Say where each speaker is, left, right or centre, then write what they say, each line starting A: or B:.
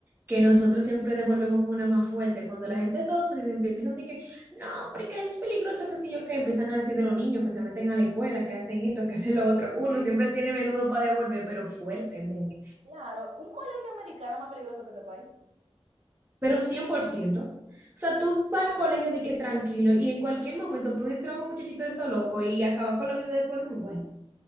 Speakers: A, on the right; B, on the right.
A: que nosotros siempre devolvemos con una más fuerte. Cuando la gente de Estados Unidos empiezan a decir que no, porque es peligroso, que si yo, que empiezan a decir de los niños que se meten a la escuela, que hacen esto, que hacen lo otro. Uno
B: Sí.
A: siempre tiene menudo para devolver, pero fuerte, amor.
B: claro. ¿Un colegio americano es más peligroso que este país?
A: Pero cien por ciento O sea, tú vas al colegio de que tranquilo y en cualquier momento puede entrar un muchachito de eso loco y acabar con la vida de todo el mundo ahí.